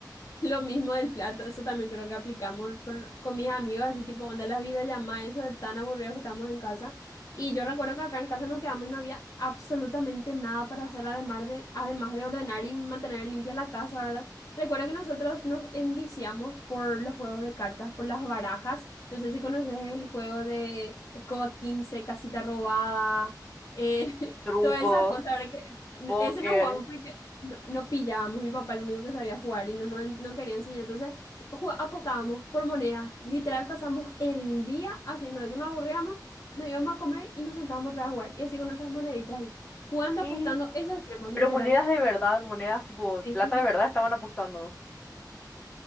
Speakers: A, on the left; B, on the left.
A: Lo mismo del plato, eso también creo que aplicamos con, con mis amigos, así tipo, onda las videollamadas, eso de tan aburridos que estamos en casa. Y yo recuerdo que acá en casa nos quedamos y no había absolutamente nada para hacer, además de, además de ordenar y mantener limpia la casa, ¿verdad? Recuerdo que nosotros nos enviciamos por los juegos de cartas, por las barajas. No sé si conoces el juego de Escoba 15 Casita Robada, eh, <laughs>
B: Truco,
A: todas esas cosas, ¿verdad? Que,
B: póker,
A: ese no jugamos porque... No, no pillábamos, mi papá el único que sabía jugar y no, no, no quería enseñar. Entonces ju- apostábamos por monedas. Literal pasamos el día haciendo eso. Nos aburríamos, nos íbamos a comer y nos sentábamos otra vez a jugar. Y así con nuestras moneditas ahí. Jugando,
B: y,
A: apostando, eso hacíamos, literal.
B: Pero monedas de verdad, monedas tipo,
A: Sí,
B: plata de verdad estaban apostando.